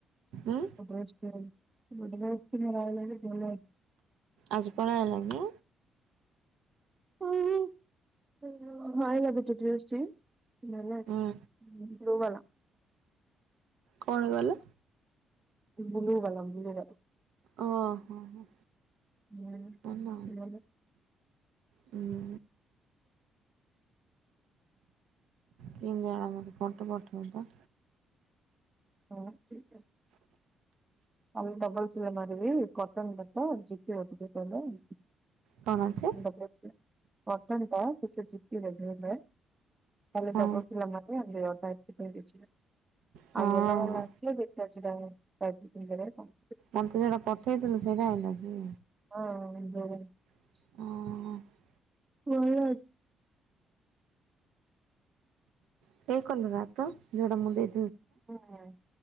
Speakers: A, on the right; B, on the right.
A: ଉଁ
B: <unintelligible> ବଡେ ଗାର୍ଲ ଥୋଡିନା ବାହାରକୁ ଆଇବେ <unintelligible>
A: ଆଜି ପଳେଇ ଆଇଲ କି?
B: ଓହୋ <unintelligible> ହଁ ଏୟାକୁ ଛୁଟିରେ ଆସିଛି। <unintelligible>
A: ହୁଁ
B: ଗୋବାଲ
A: କଣ ଗଲେ?
B: ବୁଲୁ କଲମ ବୁଲୁ କଲମ।
A: ଓହୋ ହୋ ହେଲା
B: ନା <unintelligible>
A: ହୁଁ। କିନ୍ ଜାଣା ମୋତେ ଫଟୋ ପଠେଇବୁ ତ।
B: ହଁ ଠିକ୍ ଅ ଆଉ ଡବଲ୍ ସିଲେଇ ମାରିବି କଟନ୍ ତାଟ <unintelligible>
A: କଣ ଅଛି
B: <unintelligible> କଟନ୍ ଟା ଟିକେ ଚିପି <unintelligible> ତାହେଲେ
A: ହଁ
B: ଡବଲ୍ ସିଲେଇ ମାରିଲେ <unintelligible>
A: ହଁ
B: ଆଉ ୟୋଲ <unintelligible> ବେକାର ସେଟାକୁ କାଟି <unintelligible> ଦେବେ କଣ?
A: ମୋତେ ଯେଟା ପଠେଇଥିଲୁ ସେଇଟା ଆଣିଲ କି?
B: ହଁ ହଁ <unintelligible>
A: ଅଁ, ହଁ।
B: ବଢିଆ ହେଇଛି।
A: ସେଇ କଲରା ତ ଯୋଉଡା ମୁଁ ଦେଇ
B: କୋଉ <unintelligible>